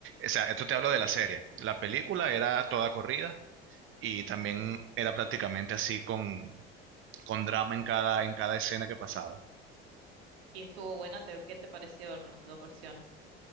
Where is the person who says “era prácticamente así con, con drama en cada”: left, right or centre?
Right